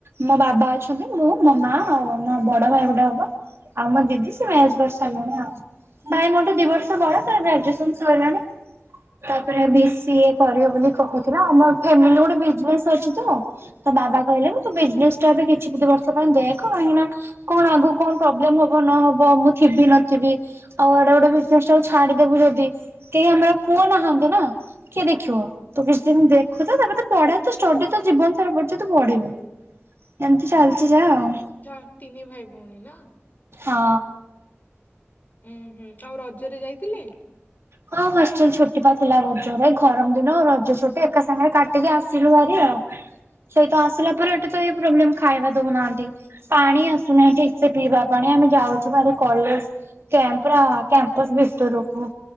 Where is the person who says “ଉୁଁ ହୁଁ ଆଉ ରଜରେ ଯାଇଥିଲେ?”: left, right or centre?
Left